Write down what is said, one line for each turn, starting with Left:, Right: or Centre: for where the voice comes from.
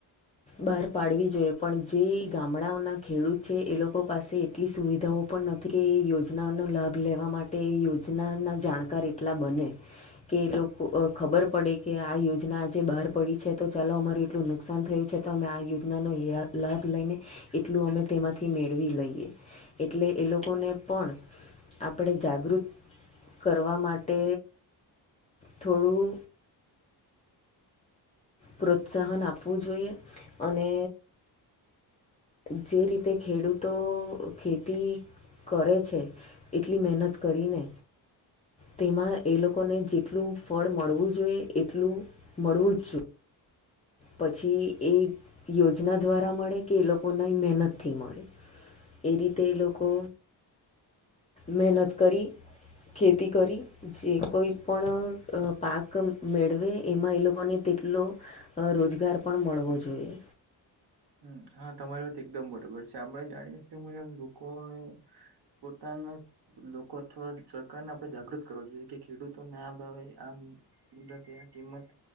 Left: બહાર પાડવી જોઈએ પણ જે ગામડાઓના ખેડૂત છે એ લોકો પાસે એટલી સુવિધાઓ પણ નથી કે એ યોજનાનો લાભ લેવા મા માટે યોજનાના જાણકાર એટલા બને કે એ લોકો ખબર પડે કે આ યોજના આજે બાર પડી છે તો ચાલો અમારું એટલું નુકસાન થયું છે તો અમે આ યોજનાનું હયા લાભ લઈને એટલું અમે તેમાંથી મેળવી લઈએ. એટલે એ લોકોને પણ આપણે જાગૃત કરવા માટે થોડું પ્રોત્સાહન આપવું જોઈએ અને જે રીતે ખેડૂતો ખે તી કરે છે એટલી મહેનત કરીને તેમાં એ લોકોને જેટલું ફળ મળવું જોઈએ એટલું મળવું જ જો પછી એ યોજના દ્વારા મળે કે એ લોકોના મહેનતથી મળે. એ રીતે એ લોકો. મહેનત કરી. ખેતી કરી જે કોઈ પણ અ પાક મેળવે એમાં એ લોકોને તેટલો અ રોજગાર પણ મળવો જોઈએ.
Right: હમ્મ હા, તમારી વાત એકદમ બરોબર છે આપણે જાણી શકીએ મુજબ લોકોને પોતાના લોકો અથવા સરકારને આપડે જાગૃત કરવો જોઈએ કે ખેડૂતોને આ ભાવે આમ મુદ્દા ત્યા આં કિંમત